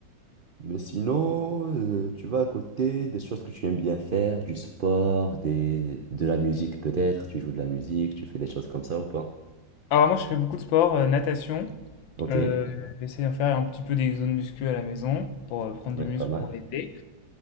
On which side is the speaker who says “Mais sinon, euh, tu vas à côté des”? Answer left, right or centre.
Right